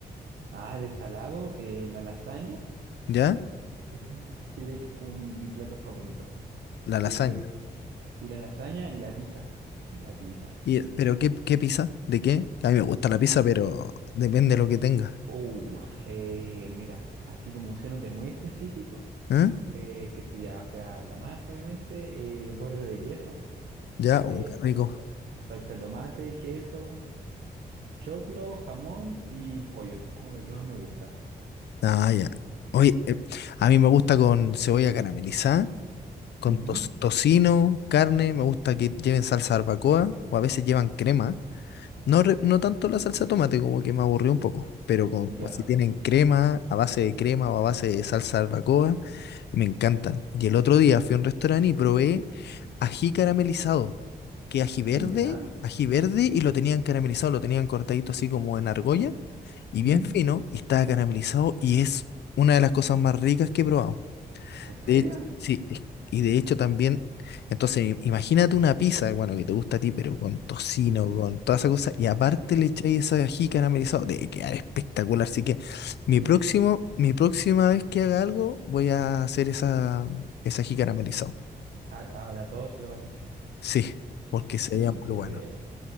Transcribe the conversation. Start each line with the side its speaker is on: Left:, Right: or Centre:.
Right: Ah, de salado, eh, la lasaña,
Left: ¿Ya?
Right: esa te diría que es como mi, mi plato favorito.
Left: La
Right: Que
Left: lasaña.
Right: sí, la lasaña y la pizza. Y la pizza,
Left: Y,
Right: sí.
Left: ¿pero qué, qué pizza? ¿De qué? A mí me gusta la pizza, pero depende de lo que tenga.
Right: Uh, eh, mira, así como siéndote muy específico,
Left: ¿Eh?
Right: eh, qué sé ya, o sea, la masa, obviamente, eh, borde de queso.
Left: ¿Ya? Oh,
Right: Eh,
Left: qué rico.
Right: ya, sa- salsa de tomate, queso, choclo, jamón y pollo. Eso es como lo que más me gusta.
Left: Ah, ya. Oye, eh, a mí me gusta con cebolla caramelizada, con
Right: Ujú,
Left: tos- tocino, carne, me gusta que lleven salsa barbacoa o a veces llevan crema. No, re- no tanto la salsa de tomate, como que me aburrió un poco, pero con, pues,
Right: Ya.
Left: si tienen crema, a base de crema o a base de salsa barbacoa, me encantan. Y el otro día fui a un restaurante y probé ají caramelizado, que ají verde,
Right: Ya.
Left: ají verde y lo tenían caramelizado, lo tenían cortadito así como en argolla y
Right: ujú.
Left: bien fino y estaba caramelizado y es una de las cosas más ricas que he probado.
Right: ¿En serio?
Left: De hecho, sí, es- y de hecho también, entonces i- imagínate una pizza, bueno, que te gusta a ti, pero con tocino,
Right: Ujú.
Left: con toda esa cosa, y aparte le echáis ese ají caramelizado, debe quedar espectacular. Así que
Right: Sí.
Left: mi próximo, mi próxima vez que haga algo, voy a hacer esa, ese ají caramelizado.
Right: A- ahora todo se lo vas a echar.
Left: Sí, porque
Right: <laughs>
Left: sería muy
Right: Te
Left: bueno.
Right: creo.